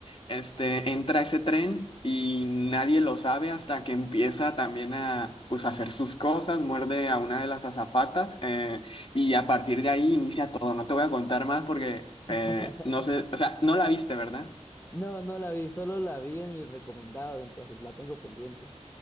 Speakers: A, on the left; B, on the left.
A: este, entra a ese tren y nadie lo sabe hasta que empieza también a, pues, hacer sus cosas, muerde a una de las azafatas eh, y a partir de ahí inicia todo. No te voy a contar más porque eh,
B: <laughs>
A: no sé, o sea, no la viste, ¿verdad?
B: No, no la vi, solo la vi en mis recomendados, entonces la tengo pendiente.